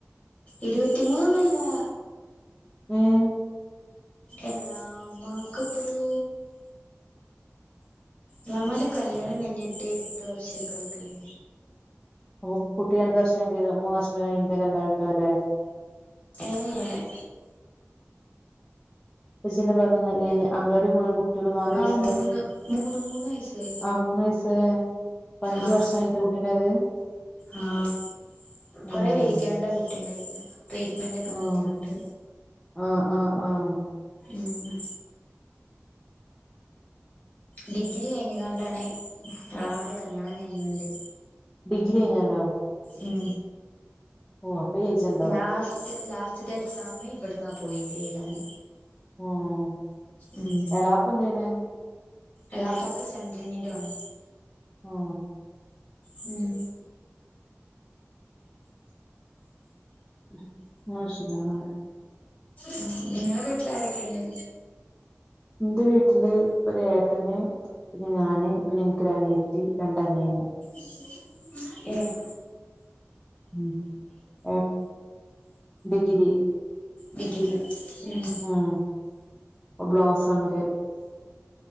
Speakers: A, on the left; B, on the left.
A: ഇരുവത്തിമൂന്നൊന്നല്ലാ
B: ഏഹ്
A: എളാമ്മാക്ക് ഇപ്പൊരു മാമാന്റെ കല്യാണം കഴിഞ്ഞിട്ട് എട്ട് വർഷൊക്കെ ആയിക്ക്ണ്
B: അപ്പ കുട്ടി രണ്ട് വർഷങ്കേ മൂന്ന് വർഷം കഴിഞ്ഞട്ടക്ക ണ്ടായിണ്ടാവാല്ലേ
A: ഏഹ് ഏഹ്
B: അപ്പം ഇജ്ജല്ലെ പറഞ്ഞന്നെ <unintelligible> അങ്ങാടി പോണ കുട്ട് ട്ടിക്ക് നാലു
A: ആഹ്
B: വയസായേ
A: മൂന്ന് മൂന്ന് മൂന്ന് വയസ്സ്
B: ആഹ് മൂന്ന് വയസായേ അപ്പഞ്ചു
A: ആഹ്
B: വർഷം കഴിഞ്ഞ്ട്ട കുട്ടിണ്ടായത്‌
A: ആഹ് കൊറെ
B: ആഹ്
A: വൈകിയാണ്ട കുട്ടിണ്ടായിക്ണെ ട്രീറ്റ്മെന്റ് ഒക്കെ
B: ആഹ്
A: നടത്തിയൊണ്ട്
B: ആഹ് ആഹ് ആഹ്
A: മ് ഡിഗ്രി കഴിഞ്ഞുകാണ്ടാണ് എളാമാന്റെ കല്യാണം കയിഞ്ഞ്‌ണ്ട്‌
B: ഡിഗ്രി കയ്ഞ്ഞാണ്ടോ
A: ഉം
B: അപ്പൊ ഏജ് ഉണ്ടാവും
A: ലാസ്റ്റ് ലാസ് ഫസ്റ്റ് ത്തെ എക്സാം ഇവിടുന്നാ പോയിണ്ടെ എഴുതാന്
B: ആഹ്
A: ഉം
B: എളാപ്പ എന്താ ചെയ്യ്ണെ
A: എളാപ്പാക്ക് സെൻട്രിങ്ങിന്റെ പണി
B: ഊം
A: ഉം
B: <unintelligible>
A: മ് ഇങ്ങളെ വീട്ടിലാരെക്കെണ്ട്
B: ന്റെ വീട്ടില് ഒരേട്ടന് പിന്നെ ഞാന് പിന്നെ ഇൻക്കൊരു അനിയത്തി രണ്ടനിയന്
A: സ് സഅ ഏഹ്
B: ഉം ഓപ് ഡിഗ്രി
A: ഡിഗിരി ഊം
B: ആഹ് ബ്ലോസമില്